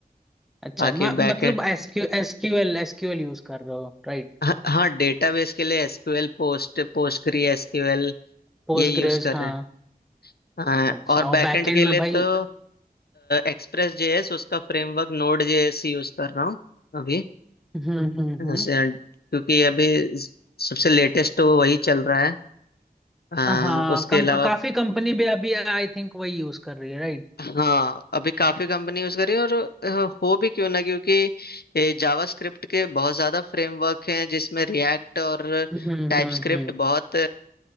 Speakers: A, in the centre; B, on the left.
A: अच्छा
B: बाकी
A: म,
B: बैकएंड
A: मतलब एसक्यू एसक्यूएल एसक्यूएल यूज कर रहे हो राइट
B: <laughs> हाँ हाँ डेटाबेस के लिए एसक्यूएल पोस्ट पोस्टग्री एसक्यूएल
A: पोस्टग्रेस
B: ये यूज कर
A: हाँ
B: रहे हैं हाँ,
A: अच्छा
B: और
A: और
B: बैकएंड
A: बैकएंड
B: के
A: में
B: लिए
A: भाई
B: तो एक्सप्रेस जेएस उसका फ्रेमवर्क नोड जेएस यूज कर रहा हूँ अभी
A: हम्म हम्म
B: हाँ,
A: हम्म
B: सर, क्योंकि अभी ज- सबसे लेटेस्ट तो वही चल रहा है आ,
A: हाँ
B: उसके
A: कम,
B: अलावा
A: काफी कंपनी भी अभी आई थिंक वही यूज कर रही है राइट
B: हाँ अभी काफी कंपनी यूज कर रही है और अ, हो भी क्यों ना क्योंकि जावास्क्रिप्ट के बहुत ज्यादा फ्रेमवर्क हैं जिसमें रिएक्ट और
A: हम्म हम्म
B: टाइपस्क्रिप्ट
A: हम्म
B: बहुत